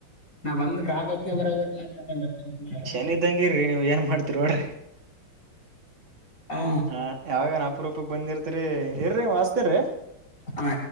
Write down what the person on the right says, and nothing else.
ಶನಿ
ಇದ್ದಂಗಿರ್ರಿ ನೀವ್ ಏನ್ ಮಾಡ್ತಿರಿ ನೋಡ್ರಿ
ಹ ಯಾವಾಗನ ಅಪರೂಪಕ ಬಂದಿರ್ತೀರಿ ಇರ್ರೀ ವಸ್ತ್ರರಿ